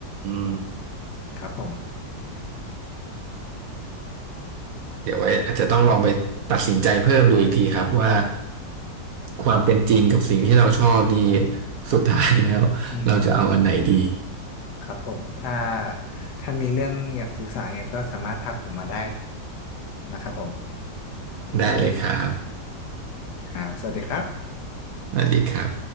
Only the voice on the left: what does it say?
ครับผม
อืมครับผมถ้าถ้ามีเรื่องอยากปรึกษาไงก็สามารถทักผมมาได้นะครับผม
ครับสวัสดีครับ